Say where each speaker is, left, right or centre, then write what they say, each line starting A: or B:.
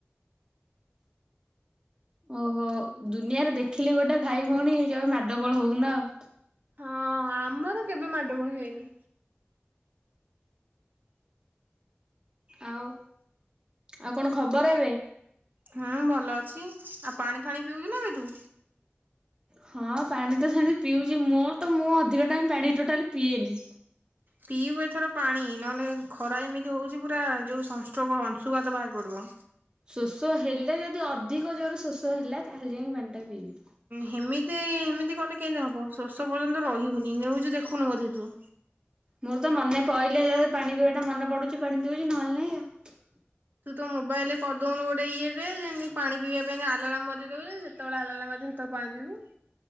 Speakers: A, on the right (about 20°); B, on the right (about 50°).
A: ଓହୋ ଦୁନିଆରେ ଦେଖିଲି ଗୋଟେ ଭାଇ ଭଉଣୀ କେବେ ମାଡଗୋଳ ହଉନା ଆଉ।
B: ହଁ ଆମର କେବେ ମାଡୁଗୋଳ ହେଇନି।
A: ଆଉ ଆଉ କଣ ଖବର ଏବେ।
B: ହୁଁ ଭଲ ଅଛି ଆଉ ପାଣି ଫାଣି ପିଉଚୁ ନା ବେ ତୁ।
A: ହଁ ପାଣି ତ ସେମିତି ପିଉଚି ମୋର ତ ମୁଁ ଅଧିକ ଟାଇମ୍ ପାଣି ଟୋଟାଲି ପିଏନି।
B: ପିଇବୁ ଏଥର ପାଣି ନହେଲେ ଖରା ଏମିତି ହଉଛି ପୁରା ଯୋଉ ସଂସ୍ୋଗ ଅଂଶୁଘାତ ବାହାରି ପଡିବ।
A: ଶୋଷ ହେଲେ ଯଦି ଅଧିକ ଜୋର ଶୋଷ ହେଲା ତାହେଲେ ଯାଇ ପାଣି ଟା ପିଇବି।
B: ହେମିତି ହେମିତି କଲେ କେମିତି ହବ ଶୋଷ ପର୍ଯ୍ୟନ୍ତ ରହିହୋଉନି ନିୟୁଜ୍ ଦେଖୁନୁ ବୋଧେ ତୁ।
A: ମୁଁର ତ ମନେ ପହିଲେ ପାଣି ପିଇବା ଟା ମନେ ପଡୁଛି ପାଣି ପିଉଛି ନହେଲେ ନାଇଁ ଆଉ।
B: ତ ମୋବାଇଲରେ କରିଦଉନୁ ଗୋଟେ ଇଏଟେ ଯେମିତି ପାଣି ପିଇବା ପାଇଁ ଆଲାର୍ମ କରିଦଉ ଯେତେବେଳେ ଆଲମ ଆତବେଳେ ପାଣି ପିବୁ।